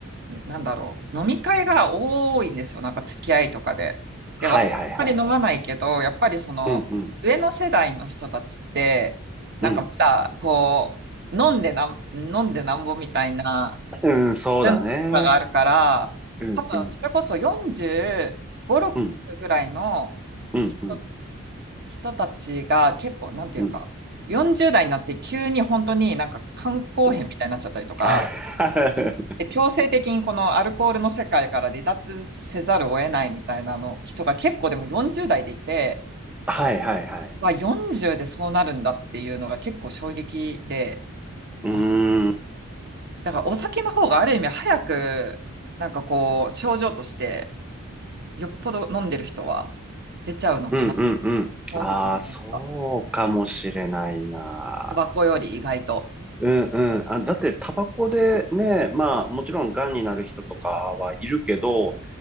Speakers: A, on the right; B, in the centre.
A: なんだろう、飲み会が多いんですよ、なんか付き合いとかで。で、
B: はいはいはい。
A: 私、あんまり飲まないけど、やっぱりその、
B: うんうん、
A: 上の世代の人たちって、なんかまだ、
B: うん。
A: こう、飲んでなん、飲んでなんぼみたいな
B: うん、そうだね。
A: 文化があるから、
B: うんうん、
A: 多分、それこそ45、6ぐらいの人、
B: うん、うんうん、
A: 人たちが結構、なんていうか、
B: うん
A: 40代になって急に本当になんか肝硬変みたいになっちゃったりとか、
B: うん。<laughs> は
A: で強制的にこのアルコールの世界から離脱せざるを得ないみたいなの人が結構でも40代でいて、
B: いはいはい。
A: わ40でそうなるんだっていうのが結構衝撃で、
B: うーん、
A: お酒
B: うん、
A: だからお酒の方がある意味早くなんかこう症状としてよっぽど飲んでる人は出ちゃうのかな。
B: うん、うん。
A: その時に思てきた。
B: ああ、そうかもしれないな。
A: タバコより意外と。
B: うん、うん。あ、だって、タバコでね、まあ、もちろん、癌になる人とかはいるけど、